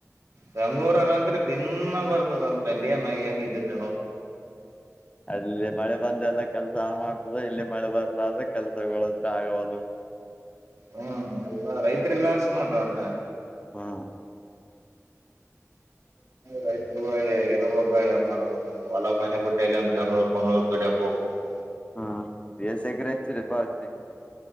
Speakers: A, on the right; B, on the left.
A: ಬೆಂಗಳೂರಾಗಂತ್ರ ದಿನ ಬರ್ತದಂತ ಅಲ್ಲಿಯ ನ ಏನ್ ಇದಿದ್ದ
B: ಅಲ್ಲಿ ಮಳೆ ಬಂದೆ ಎಲ್ಲ ಕೆಲ್ಸ ಮಾಡ್ ಇಲ್ಲಿ ಮಳೆ ಬರ್ಲಾದ್ರೆ ಕೆಲ್ಸಗಳು ಇದ್ರೆ ಆಗವದು
A: ಹ್ಮ್ ಎಲ್ಲಾ ರೈತರಿಗ್ ಲಾಕ್ ನೋಂಟ್ರ ಹೊಟ್ಟ
B: ಹಾ <inaudible>
A: ರೈತರು ಇರುವಾಗ ಮಾಡ ಹೊಲ ಮನೆ ಬುಟ್ಟೆ ಇಲ್ಲಂದ ಬೆಂಗಗಳೂರು ಕ್ಗಳೂರು ದು <inaudible>
B: ಹಾ ಎಸ್ ಎಗ್ರ ಇತ ರ ಪತ್ರಿ